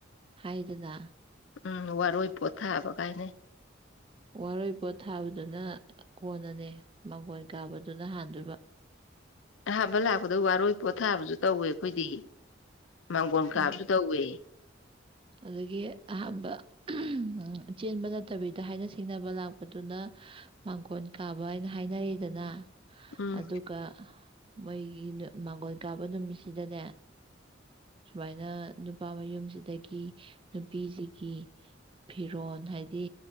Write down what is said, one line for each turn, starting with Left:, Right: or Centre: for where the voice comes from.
Right: ꯍꯥꯏꯗꯅ
Left: ꯎꯝ ꯋꯥꯔꯣꯏ ꯄꯣꯠ ꯊꯥꯕ ꯀꯥꯏꯅ ꯍꯥꯏꯅꯩ
Right: ꯋꯥꯔꯣꯏ ꯄꯣꯠ ꯊꯥꯕꯗꯨꯅ ꯀꯣꯟꯅꯅꯦ ꯃꯥꯡꯒꯣꯟ ꯀꯥꯕꯗꯨꯅ ꯍꯥꯟꯗꯣꯏꯕ
Left: ꯑꯍꯥꯟꯕ ꯂꯥꯛꯄꯗ ꯋꯥꯔꯣꯏ ꯄꯣꯠꯊꯥꯕꯖꯨ ꯇꯧꯋꯦ ꯑꯩꯈꯣꯏꯗꯤ ꯃꯥꯡꯒꯣꯟ ꯀꯥꯕꯖꯨ
Right: ꯑꯗ-
Left: ꯇꯧꯋꯦ <inaudible>
Right: ꯑꯗꯒꯤ ꯑꯍꯥꯝꯕ ꯑꯍꯝ ꯆꯦꯟꯕ ꯅꯠꯇꯕꯤꯗ ꯍꯥꯏꯅ ꯁꯤꯡꯅꯕ ꯂꯥꯛꯄꯗꯨꯅ ꯃꯥꯡꯒꯣꯟ ꯀꯥꯕ ꯍꯥꯏꯅ ꯍꯥꯏꯅꯩꯗꯅ
Left: ꯎꯝ
Right: ꯑꯗꯨꯒ ꯃꯣꯏꯒꯤ ꯃꯥꯡꯒꯣꯟ ꯀꯥꯕ ꯅꯨꯃꯤꯠꯁꯤꯗꯅꯦ ꯁꯨꯃꯥꯏꯅ ꯅꯨꯄꯥ ꯃꯌꯨꯝꯁꯤꯗꯒꯤ ꯅꯨꯄꯤꯁꯤꯒꯤ ꯐꯤꯔꯣꯟ ꯍꯥꯏꯗꯤ